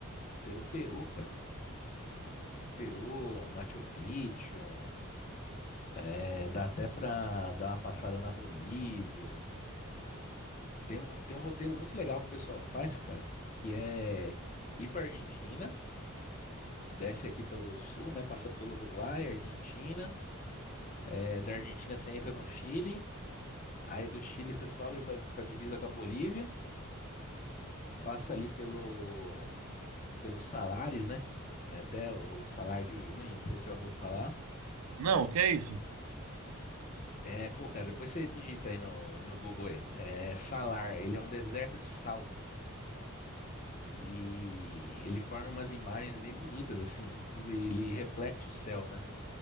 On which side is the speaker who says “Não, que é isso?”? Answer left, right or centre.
Right